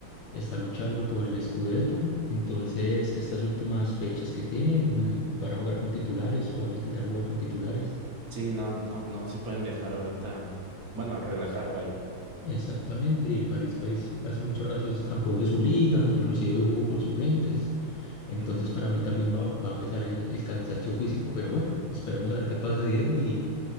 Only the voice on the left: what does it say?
está luchando por el Scudetto, entonces estas últimas fechas que tiene l- van a jugar con titulares o van a intentar jugar con titulares.
Exactamente, y el París pues hace mucho rato es campeón de su liga, inclusive hoy jugó con suplentes, entonces
para mí también va, va a pesar el, el cansancio físico, pero bueno, esperemos a ver qué pasa, Diego, y,